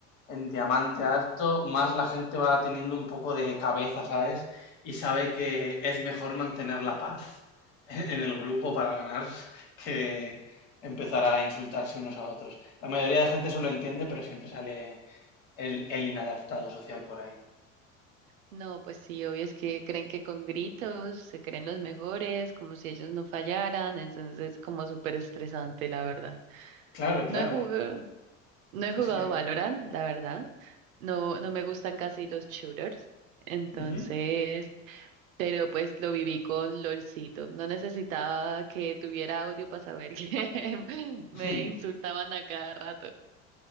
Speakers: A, on the left; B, on the right.
A: en diamante alto, más la gente va teniendo un poco de cabeza, ¿sabes? Y sabe que es mejor mantener la paz <laughs> en el grupo para ganar <laughs> que empezar a insultarse unos a otros. La mayoría de gente eso lo entiende, pero siempre sale el, el inadaptado social por ahí.
B: No, pues sí, obvio es que creen que con gritos se creen los mejores, como si ellos no fallaran, entonces como súper estresante, la verdad.
A: Claro, claro.
B: No he jugado, no he jugado
A: Sí, sí.
B: Valorant, la verdad. No, no me gustan casi los shooters, entonces,
A: Ujú.
B: pero pues lo viví con LOLcito. No necesitaba que tuviera audio para saber que <laughs> me
A: <laughs>
B: insultaban a cada rato.